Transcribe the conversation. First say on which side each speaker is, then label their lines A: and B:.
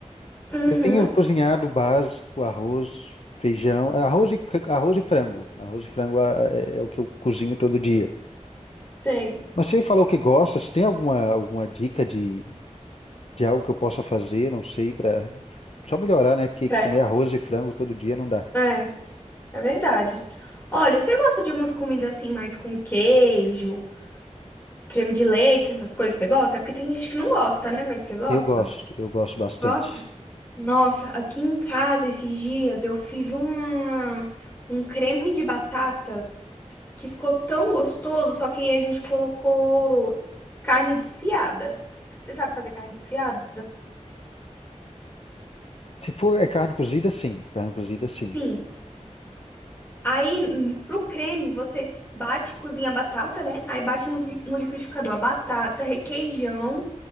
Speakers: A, on the left; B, on the left.
A: Uhum,
B: Eu tenho cozinhado o básico, arroz, feijão, é, arroz e, c- arroz e frango. Arroz e frango ah, é, é o que eu cozinho todo dia.
A: tem.
B: Mas você falou que gosta, você tem alguma, alguma dica de, de algo que eu possa fazer, não sei, pra só melhorar, né? Porque
A: É,
B: comer arroz e frango todo dia não dá.
A: é, é verdade. Olha, você gosta de umas comidas assim mais com queijo, creme de leite, essas coisas você gosta? É porque tem gente que não gosta, né? Mas você gosta?
B: Eu gosto, eu gosto bastante.
A: Gosta? Nossa, aqui em casa esses dias eu fiz uma, um creme de batata que ficou tão gostoso, só que aí a gente colocou carne desfiada. Você sabe fazer carne desfiada?
B: Se for é carne cozida, sim. Carne cozida, sim.
A: Sim. Aí, hum, pro creme, você bate, cozinha a batata, né? Aí bate no, cli- no liquidificador a batata, requeijão,